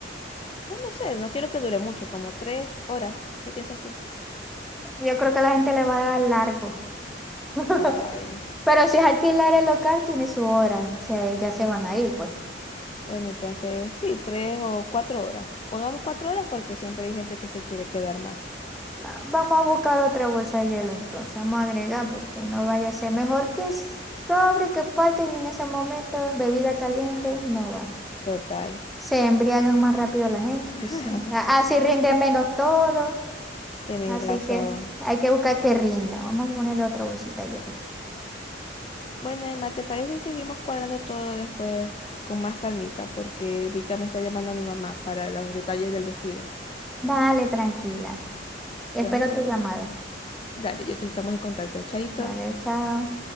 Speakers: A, on the left; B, in the centre.
A: Bueno, no sé, no quiero que dure mucho, como tres horas. ¿Qué piensas tú?
B: Yo creo que la gente le va a dar largo, <laughs>
A: Ay,
B: pero si es alquilar el local, tiene su hora, o sea, ya se van a ir, pues.
A: bueno, entonces sí, tres o cuatro horas. Pongamos cuatro horas porque siempre hay gente que se quiere quedar más.
B: Ah, Vamos a buscar otra bolsa de hielo entonces, vamos a agregar porque no vaya a ser mejor que sobre que falte y en ese momento bebida caliente no va.
A: Total.
B: Se embriagan más rápido la gente,
A: <laughs>
B: pues, sí. A- así rinde menos todo,
A: Tenéis
B: así
A: razón.
B: que hay que buscar que rinda. Vamos a ponerle otra bolsita de hielo.
A: Bueno, Emma, ¿te parece si seguimos cuadrando todo después con más calmita? Porque ahorita me está llamando a mi mamá para los detalles del vestido.
B: Dale, tranquila. Espero
A: Entonces,
B: tu llamada.
A: dale, yo te estamos en contacto. Chaito.
B: Dale, chao.